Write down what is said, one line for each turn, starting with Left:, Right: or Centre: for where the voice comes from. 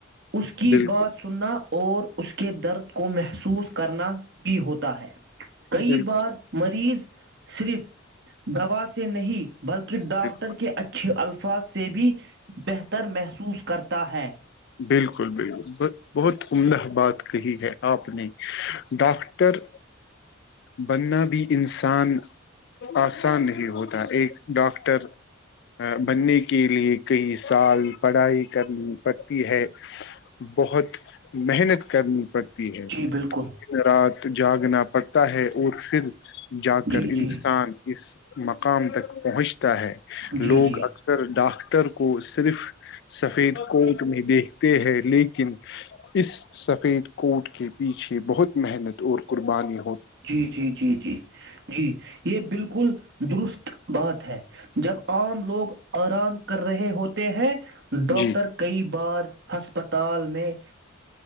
Right: اس کی
Left: بالکل
Right: بات سننا اور اس کے درد کو محسوس کرنا بھی ہوتا ہے کئی
Left: بالکل
Right: بار مریض صرف دوا سے نہیں بلکہ ڈاکٹر
Left: بالکل۔
Right: کے اچھے الفظ ف سے بھی بہ تر محسوس کرتا ہے
Left: بالکل بالکل بہت عمدہ بات کہی ہے آپ نے ڈاکٹر بننا بھی انسان آسان نہیں ہوتا ایک ڈاکٹر بننے کے لیے کئی سال پڑھائی کرنی ہے بہت محنت کرنی پڑتی
Right: جی بالکل
Left: <inaudible> جاگنا پڑتا ہے اور پھر جا کر
Right: جی جی
Left: انسان اس مقام تک <inaudible> ہے
Right: جی
Left: لوگ
Right: جی
Left: اکثر ڈاکخ ر کو صرف سفید کو دیکھتے ہیں لیکن اس سفید کوٹ کے پیچھے بہت محنت اور قربانیاں
Right: جی جی جی جی جی یہ بالکل درست بات ہے جب آم لوگ آرام کر رہے ہوتے ہیں ڈاکاکٹر
Left: جی
Right: کئی بار ہسپتال میں